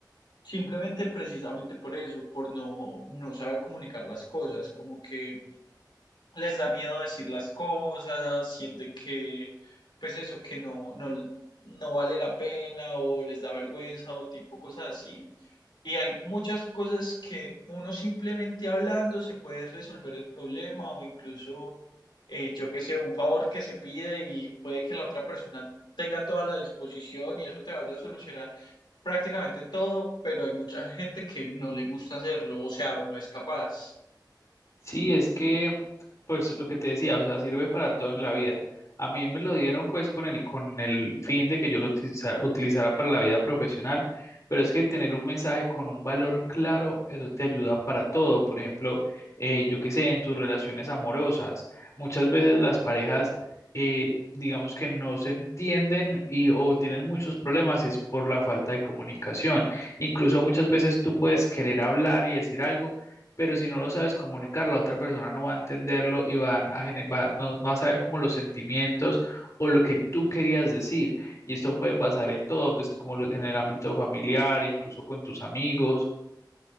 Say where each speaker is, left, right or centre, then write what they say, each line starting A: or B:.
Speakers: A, on the left; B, on the left.
A: simplemente precisamente por eso, por no, no saber comunicar las cosas, como que les da miedo decir las cosas, sienten que, pues eso, que no, no, no vale la pena o les da vergüenza o tipo cosas así. Y hay muchas cosas que uno simplemente hablando se puede resolver el problema o incluso, eh, yo qué sé, un favor que se pide y puede que la otra persona tenga toda la disposición y eso te vaya a solucionar prácticamente todo, pero hay mucha gente que no le gusta hacerlo, o sea, o no es capaz.
B: Sí, es que, pues lo que te decía, o sea, sirve para todo en la vida. A mí me lo dieron pues con el, con el fin de que yo lo utilizara, utilizara para la vida profesional, pero es que tener un mensaje con un valor claro, eso te ayuda para todo. Por ejemplo, eh, yo qué sé, en tus relaciones amorosas, muchas veces las parejas, eh, digamos que no se entienden y o tienen muchos problemas y es por la falta de comunicación. Incluso muchas veces tú puedes querer hablar y decir algo pero si no lo sabes comunicar, la otra persona no va a entenderlo y van a gener- va, no- no va a saber como los sentimientos o lo que tú querías decir. Y esto puede pasar en todo, pues como lo- en el ámbito familiar, incluso con tus amigos.